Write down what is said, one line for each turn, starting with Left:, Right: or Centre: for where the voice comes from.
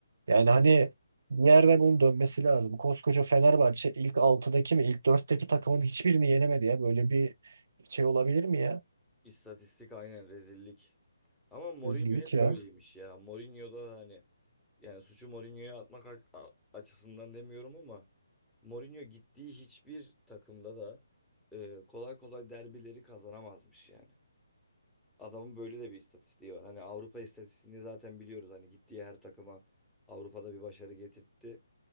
Right: Yani hani bir yerde bunun dönmesi lazım. Koskoca Fenerbahçe ilk 6'daki mi, ilk dörtteki takımın hiçbirini yenemedi ya. Böyle bir şey olabilir mi ya?
Centre: istatistik aynen rezillik. Ama Mourinho
Right: Rezillik
Centre: hep
Right: ya.
Centre: böyleymiş ya. Mourinho da hani yani suçu Mourinho'ya atmak a- a- açısından demiyorum ama Mourinho gittiği hiçbir takımda da e, kolay kolay derbileri kazanamazmış yani. Adamın böyle de bir istatistiği var. Hani Avrupa istatistiğini zaten biliyoruz. Hani gittiği her takıma Avrupa'da bir başarı getirtti.